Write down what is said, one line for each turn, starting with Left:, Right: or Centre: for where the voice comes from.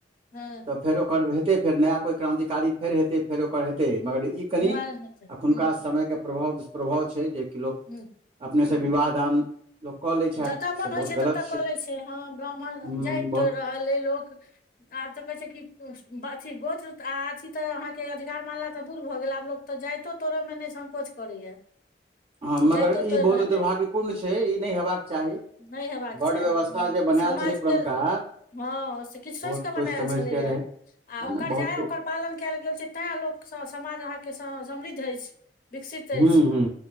Left: हँ।
Right: तऽ फेर ओकर हेतै फेर नया कोइ क्रान्तारी फेर हेतै फेर ओकर हेतै मगर ई। कनि
Left: निवारण हेतै
Right: एखुनका
Left: ह्म
Right: समय के प्रभाव दुष्प्रभाव छै जेकि लोक
Left: ह्म
Right: अपने
Left: ह्म
Right: से विवाह दान लोक कऽ लै छथि
Left: जतय मोन
Right: से बहुत
Left: होइ छै
Right: गलत
Left: ततऽ कऽ लै छै हँ ब्राह्मण
Right: हूँ
Left: जाइत
Right: बहुत
Left: तो रहल अइ लोक आब तऽ कहै छै कि अथी गोत्र आ अथी तऽ अहाँके अधिकार मानला तऽ दूर भऽ गेल आब लोक तऽ जाइतो तोरय मे नहि संकोच करैया।
Right: हँ मगर
Left: जाइतो
Right: ई
Left: तोड़ि
Right: बहुत
Left: रहलै
Right: दुर्भाग्यपूर्ण छै ई नहि हेबाक चाही
Left: नहि हेबाक चाही
Right: वर्ण व्यवस्था
Left: हँ
Right: जे बनायल
Left: समाजके
Right: छलै पुरनका
Left: हँ से किछु सोचि
Right: बहुत
Left: कऽ बनायल
Right: समझ
Left: छलैएा
Right: के रहै
Left: आ
Right: है
Left: ओकर
Right: ने बहुत
Left: जाय ओकर
Right: सोच
Left: पालन कयल गेल छै। तैँ लोकसँ समाज अहाँके समृद्ध अछि। विकसित अछि।
Right: हूँ हूँ